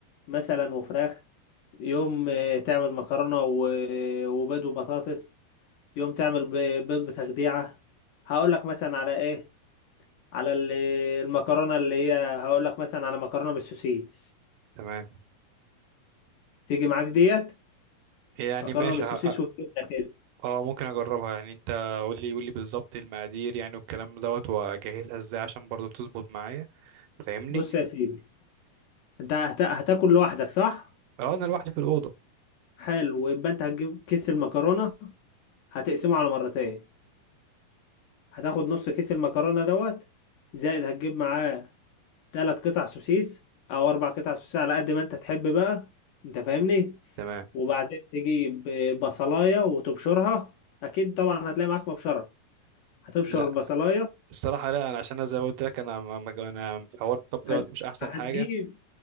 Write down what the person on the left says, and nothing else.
مثلا وفراخ يوم آه، تعمل مكرونه و- وبيض وبطاطس يوم تعمل ب- بيض بتخديعة هقول لك مثلا على ايه على ال- المكرونة اللي هي هقول لك مثلا على مكرونة بالسوسيس
تيجي معاك ديت
مكرونة
بالسوسيس
والجبنة كده
بص يا سيدي انت هت- هتاكل لوحدك صح
حلو يبقى انت هتجيب كيس المكرونة هتقسمه على مرتين هتاخد نص كيس المكرونة دوت زائد هتجيب معاه ثلاث قطع سوسيس او اربع قطع سوسيس على قد ما انت تحب بقى انت فاهمني
وبعدين تجيب بصلايه وتبشرها اكيد طبعا هتلاقي معاك مبشره هتبشر
البصلايه
هت...
هتجيب